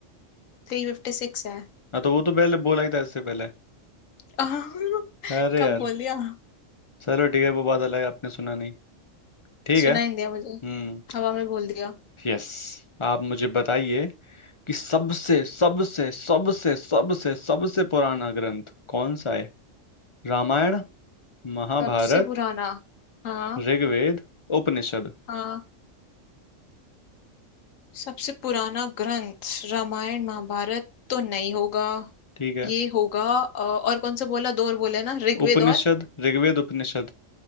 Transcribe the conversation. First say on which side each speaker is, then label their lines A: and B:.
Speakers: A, on the left; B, on the left.
A: Three fifty six है
B: हाँ तो वो तो पहले बोला ही था इससे पहले
A: <laughs>
B: अरे
A: कब
B: यार
A: बोल दिया
B: चलो ठीक है वो बात अलग है, आपने सुना नहीं ठीक
A: सुनाई
B: है
A: नहीं दिया मुझे
B: हम्म
A: हवा में बोल दिया
B: यस आप मुझे बताइए कि सबसे सबसे सबसे सबसे सबसे पुराना ग्रंथ कौन सा है रामायण महाभारत
A: सबसे पुराना हाँ
B: ऋग्वेद उपनिषद
A: हाँ सबसे पुराना ग्रंथ रामायण महाभारत तो नहीं होगा
B: ठीक है
A: ये होगा अ, और कौन सा बोला दो और बोले ना ऋग्वेद
B: उपनिषद
A: और
B: ऋग्वेद उपनिषद